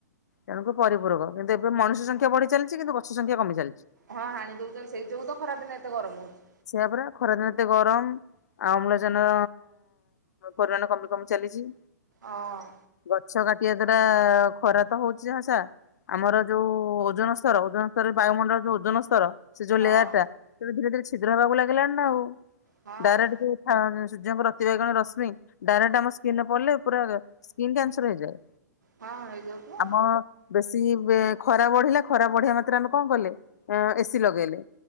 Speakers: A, on the left; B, on the right.
A: ତେଣୁକୁ ପରିପୂରକ କିନ୍ତୁ ଏବେ ମଣିଷ ସଂଖ୍ୟା ବଢ଼ି ଚାଲିଚି କିନ୍ତୁ ଗ‌ ଗଛ ସଂଖ୍ୟା କମି ଚାଲିଚି।
B: ହଁ ହାଣି ଦଉଚନ୍ତି ସେଇ ଯୋଗୁଁତ ଖରାଦିନେ ଏତେ ଗରମ ହଉଚି।
A: ସେଇଆ ପରା ଖରାଦିନେ ଏତେ ଗରମ୍ ଆଉ ଅମ୍ଳଜାନ କରୋନା କମି କମି ଚାଲିଚି।
B: ଅଁ
A: ଗଛ କାଟିବା ଦ୍ଵାରା ଖରାତ ହଉଚି ଯାହା ଯାହା ଆମର ଯୋଉ ଓଜନ ସ୍ତର ଓଜନ ସ୍ତର ବାୟୁମଣ୍ଡଳ ଯୋଉ ଓଜନସ୍ତର ସେଯୋଉ
B: ହଁ ହଁ
A: ଲେୟାରଟା ତେବେ ଧୀରେ ଧୀରେ ଛିଦ୍ର ହେବାକୁ ଲାଗିଲାଣିନା ଆଉ
B: ହଁ
A: ଡାଇରେକ୍ଟ ଯୋଉ ହାଁ ଯୋଉ ସୂର୍ଯ୍ୟଙ୍କ ରତିିବାଇଗଣ ରଶ୍ମି ଡାଇରେକ୍ଟ ଆମ ସ୍କିନରେ ପଡ଼ିଲେ ପୁରା ସ୍କିନ୍ କ୍ୟାନ୍ସର ହେଇଯାଏ।
B: ହଁ ହେଇଯାଉଥିବ
A: ଆମ ବେଶୀ ଵ୍ଵି ଖରା ବଢିଲେ ଖରା ବଢ଼ିଆ ମାତ୍ରେ ଆମେ କଣ କଲେ? ଏସିି ଲଗେଇଲେ